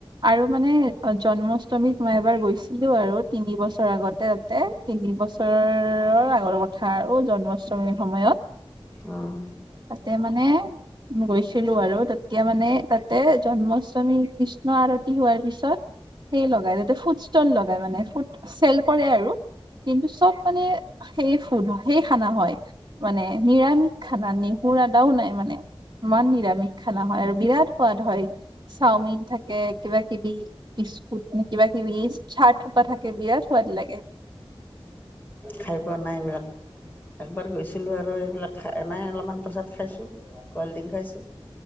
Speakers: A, on the right (about 45°); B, on the left (about 15°).
A: আৰু মানে জন্মাষ্টমীত মই এবাৰ গৈছিলো আৰু তিনিবছৰ আগতে তাতে তিনি বছৰৰ আগৰ কথা আৰু জন্মাষ্টমীৰ সময়ত।
B: অহ।
A: তাতে মানে গৈছিলো আৰু তেতিয়া মানে। তাতে জন্মাষ্টমী কৃষ্ণ আৰত। হোৱাৰ পিছত সেই লগাই দুতে ফুচ। লগাই মানে ফুড চেল কৰে আৰু কিন্তু চব মানে সেই ফুড সেই খানা হয় মানে নিৰামিষ খানা। পুৰাটাও নাই মানে <unintelligible> ইমাণ নিৰামিষ। খানা হয় আৰু বিৰাট সোৱাদ হয়, চাওমিন থাকে কিবা কিবি বিস্কুট কিবা কিবি চাট। থাকে বিৰাট সোৱাদ লাগে।
B: খাই পোৱা নাই এইবিলাক। একবাৰ গৈছিলোঁ আৰু এইবিলাক খাই নাই অলপমান পাছত খাইছোঁ, কল্ড ড্ৰিংক খাইছোঁ।